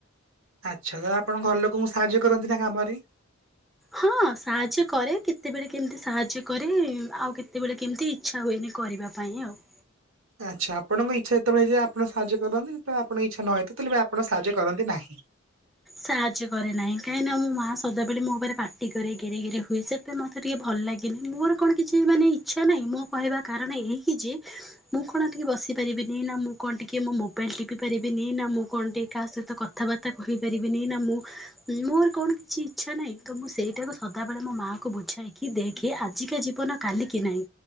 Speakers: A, on the right; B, in the centre.
A: ଆଚ୍ଛା ତ ଆପଣ ଘର ଲୋକଙ୍କୁ ସାହାଯ୍ୟ କରନ୍ତି ନା କାମରେ।
B: ହଁ ସାହାଯ୍ୟ କରେ କେତେବେଳେ କେମିତି ସାହାଯ୍ୟ କରେ ଆଉ କେତେବେଳେ କେମତି ଇ ଇଛା ହୁଏନି କରିବା ପାଇଁ ଆଉ।
A: ଆଚ୍ଛା ଆପଣଙ୍କ ଇଚ୍ଛା ଯେତେ ବେଳେ ହୁଏ ଆପଣ ସାହାଯ୍ୟ କରନ୍ତି ଯେତେ ବେଳେ ଆପଣଙ୍କ ଇଛା ନ ହେଇ ଥାଏ ତ ତାହେଲେ ଆପଣ ସାହାଯ୍ୟ କରନ୍ତି ନାହିଁ।
B: ସାହାଯ୍ୟ କରେ ନାହିଁ କାହିଁକି ନା ମୋ ମା ସଦାବେଲେ ମୋ ଉପରେ ପାଟି କରି ଗେରେ ଗେରେ ହୁଏ ସେ। ଥି ପାଇଁ ମୋତେ ଟିକେ ଭଲ ଲାଗନି ମୋର କଣ କିଛି ମାନେ ଇଚ୍ଛା ନାହିଁ ମୁଁ କହିବା କାରଣ ଏହିକି ଯେ। ମୁଁ କଣ ଆ, ଟିକେ ବସି ପାରିବିନି, ନା ମୁଁ କଣ ଟିକେ ମୋ ମୋବାଇଲ୍ ଟିପି ପାରିବିନି, ନା ମୁଁ କଣ ଟିକେ କାହା ସହିତ କ କଥାବାର୍ତ୍ତା କହିପାରିବିନି, ନା ମୁଁ ମୋର କଣ କିଛି ଇଚ୍ଛା ନାହିଁ ତ ମୁଁ ସେଇଟାକୁ ସଦାବେେଳେ ମୋ ମା କୁ ବୁଝାଏ କି ଦେଖେ ଆଜିକା ଜୀବନ କାଲିକି ନାହିଁ।